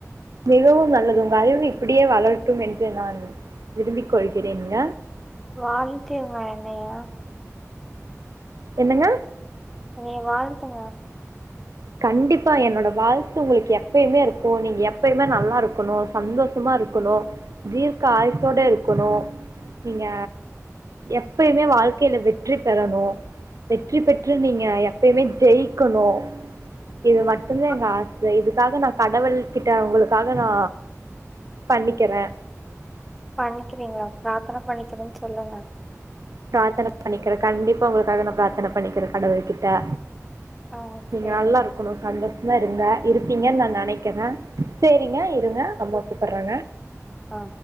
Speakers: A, on the right; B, in the centre.
A: மிகவும் நல்லது உங்க அறிவு இப்புடியே வளரட்டும் என்று நான் விரும்பிக் கொள்கிறேன்க
B: வாழ்த்துங்க எனைய
A: என்னங்க
B: என்னய வாழ்த்துங்க
A: கண்டிப்பா என்னோட வாழ்த்து உங்களுக்கு எப்பயுமே இருக்கு நீங்க எப்பயுமே நல்லா இருக்கணு சந்தோ சமா இருக்கணு தீர்க்க ஆய்சோட இருக்கணு நீங்க எப்பயுமே வாழ்க்கைல வெற்றி பெறணு வெற்றி பெற்று நீங்க எப்பயுமே ஜெயிக்கணு இது மட்டுந்தா
B: அ
A: எங்க ஆசை இது க்காக நா கடவள் கிட்ட உங்களுக்காக நா பண்ணிக்கறே
B: பண்ணிக்கிறீங்களா பிராத்தன பண்ணிக்கிறேன் சொல்லுங்க
A: பிராத்தன பண்ணிக்கிறே கண்டிப்பா உங்களுக்காக நா பிரார்த்தன பண்ணிக்கிறே கடவுள் கிட்ட
B: ஆ
A: நீங்க
B: சேரிங்க
A: நல்லா இருக்கணு சந்தோஷமா இருங்க இருப்பீங்கன்னு நா நெனக்கிறே சேரிங்க இருங்க அம்மா கூப்பட்றாங்க
B: ஆ